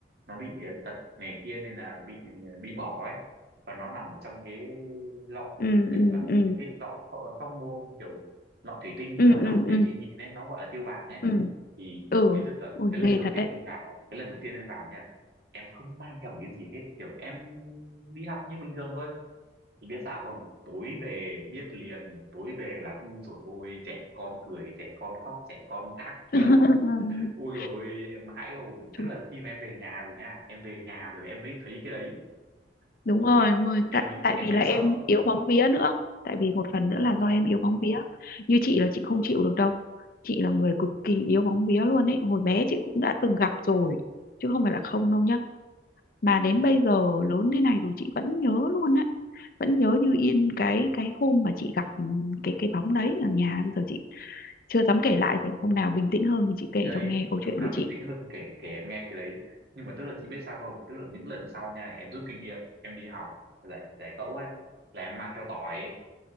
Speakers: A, on the right; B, on the left.
A: nó bị ờ, tật này kia nên là bị ờ, bị bỏ ấy và nó nằm ở trong cái lọ
B: Ừ,
A: kiểu
B: ừ,
A: là
B: ừ,
A: những cái lọ pho- phóc môn kiểu lọ thủy tinh
B: ừ,
A: nhỏ
B: ừ,
A: nhỏ để
B: ừ.
A: chị nhìn ấy nó gọi là tiêu bản ấy
B: ừ
A: thì
B: ừ
A: thì tức là
B: ôi
A: cái lần
B: ghê
A: đầu
B: thật
A: tiên
B: đấy
A: em vào cái lần đầu tiên em vào nha em không mang theo một cái gì hết kiểu em đi học như bình thường thôi thì biết sao không tối về biết liền tối về là u rồi ôi trẻ con cười trẻ con khóc trẻ con các kiểu
B: <laughs>
A: ôi rồi em hãi hồn
B: Chúng-
A: tức là khi mà em về nhà rồi nha em về nhà rồi em mới thấy cái đấy
B: đúng
A: ui
B: rồi
A: rồi em
B: đúng
A: em
B: rồi
A: em
B: tại
A: mới
B: tại
A: em
B: vì
A: mới
B: là
A: sợ
B: em yếu bóng vía nữa tại vì một phần
A: thì
B: nữa
A: đó
B: là do em yếu bóng vía như chị là chị không chịu được đâu chị là người cực kỳ yếu bóng vía luôn ấy hồi bé chị cũng đã từng gặp rồi chứ không phải là không đâu nhá mà đến bây giờ lớn thế này rồi chị vẫn nhớ luôn đấy vẫn nhớ như yên cái cái hôm mà chị gặp ừ, cái cái bóng đấy ở nhà bây giờ chị chưa dám kể lại để hôm nào bình tĩnh hơn thì chị kể
A: thì đấy
B: cho nghe câu
A: thì
B: chuyện
A: hôm nào
B: của
A: bình
B: chị
A: tĩnh hơn kể kể em nghe cái đấy nhưng mà tức là chị biết sao không tức là những lần sau nha em rút kinh nghiệm em đi học giải giải phẫu ấy là em mang theo tỏi